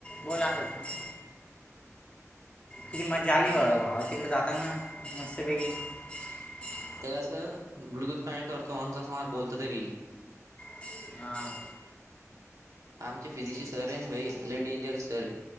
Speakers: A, on the left; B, on the right.
A: बोल असंच. कीति मजा आली
B: थांब
A: बाबा
B: बरं
A: भावा
B: का
A: तिकडे जाताना मस्तपैकी. <inaudible>
B: ते कसं ब्लूटूथ कनेक्ट करतो मग कसं मला बोलता तरी येईल.
A: <inaudible> हां.
B: आमचे फिजिक्सचे सर हाय ना भाई लय डेंजरस सर